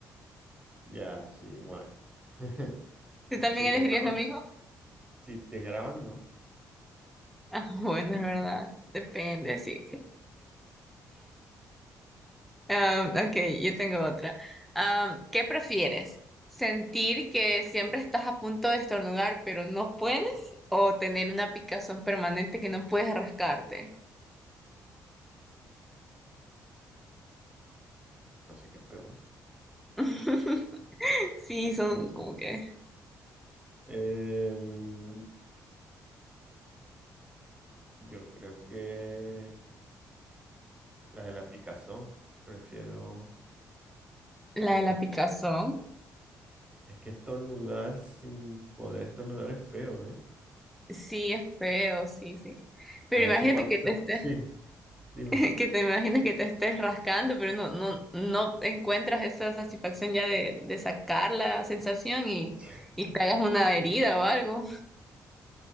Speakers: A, on the right; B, in the centre.
A: Ya, sí, bueno. <laughs>
B: ¿Tú también
A: Si
B: elegirías
A: te graban,
B: lo mismo?
A: si te graban, no.
B: Ah, <laughs> bueno, es verdad. Depende, sí. Am, ok, yo tengo otra. Am, ¿qué prefieres? ¿Sentir que siempre estás a punto de estornudar, pero no puedes? ¿O tener una picazón permanente que no puedes rascarte?
A: No sé qué es peor.
B: <laughs> Sí,
A: <laughs>
B: son como que
A: Em, yo creo que la de la picazón. Prefiero...
B: la
A: Es
B: de la
A: que esto
B: picazón.
A: Es que estornudar sin poder estornudar es feo, ¿eh?
B: Sí, es feo, sí, sí. Pero
A: A veces
B: imagínate
A: cuando
B: que
A: se...
B: te estés,
A: Sí, dime.
B: <laughs> que te imagines que te estés rascando, pero no, no, no encuentras esa satisfacción ya de, de sacar la sensación y,
A: <laughs>
B: y te hagas una herida o algo.